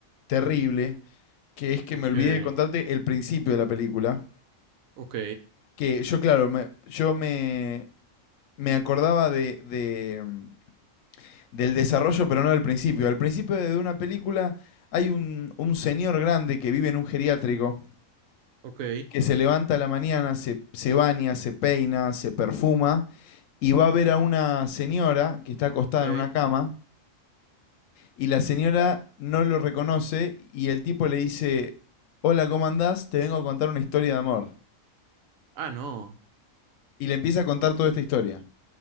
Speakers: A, on the left; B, on the right.
A: terrible que es que
B: ¿Por
A: me
B: qué?
A: olvidé de contarte el principio de la película,
B: Ok,
A: que yo, claro, me, yo me, me acordaba de, de, mm, del desarrollo, pero no del principio. Al principio de una película hay un, un señor grande que vive en un geriátrico,
B: ok,
A: que se levanta a la mañana, se, se baña, se peina, se perfuma, y va a ver a una señora que está acostada
B: ok.
A: en una cama, y la señora no lo reconoce, y el tipo le dice, hola, ¿cómo andás? Te vengo a contar una historia de amor.
B: Ah, no.
A: Y le empieza a contar toda esta historia.